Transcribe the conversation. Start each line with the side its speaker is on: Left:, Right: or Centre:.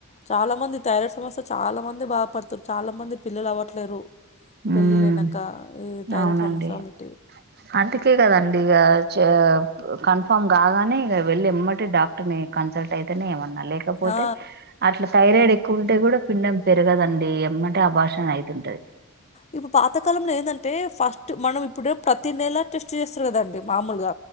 Left: చాల మంది థైరయిడ్ సమస్య చాలా మంది బాధపడుతుర్ చాలా మందికి పిల్లలు అవ్వట్లేరు పెళ్ళి
Right: ఉమ్
Left: లైనక ఈ థైరయిడ్
Right: అవునండి
Left: సమస్య అనితిట్టిరు
Right: అందుకే కదండి ఆ ఇ చ క కన్ఫామ్ కాగానే ఇగ వెళ్ళి ఎమ్మటె డాక్టర్ని కన్సల్ట్ అయితేనే ఏమన్న లేకపోతే
Left: ఆ
Right: అట్ల థైరయిడ్ ఎక్కువ ఉంటే కూడ పిండం పెరగదండి ఏమంటే అబార్షన్ అయితుంటది
Left: ఇప్పుడు పాతకాలంలో ఏందంటే ఫస్ట్ మనం ఇప్పుడు ప్రతి నెల టెస్ట్ చేస్తర్ కదండి మామూలుగ